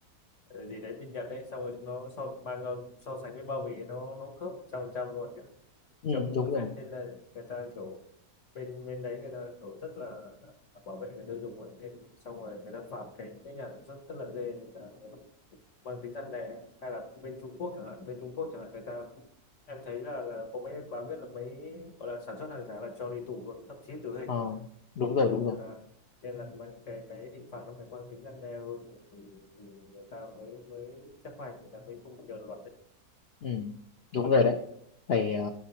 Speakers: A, on the left (about 55°); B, on the left (about 70°).
A: ờ, gì đấy bên Nhật đấy xong rồi chúng nó so mang ra so sánh với bao bì nó nó khớp 100% luôn kìa
B: ừ
A: chợ cũng
B: đúng
A: vui
B: rồi
A: phết nên là người ta kiểu bên bên đấy người ta kiểu rất là, là bảo vệ người tiêu dùng ấy nên xong rồi người ta phạt cái cái nhà sản xuất rất là ghê nên là mang tính răn đe hay là bên Trung Quốc chẳng hạn bên Trung Quốc chẳng hạn người ta em thấy là, là có mấy bà biết là mấy gọi là sản xuất hàng giả là cho đi tù luôn thậm chí tử hình
B: ờ
A: luôn
B: đúng rồi đúng rồi
A: nên là nên là mà cái cái hình phạt nó phải mang tính răn đe hơn thì, thì, thì người ta mới mới chấp hành người ta mới không nhờn luật đấy
B: ừ đúng rồi đấy phải ờ,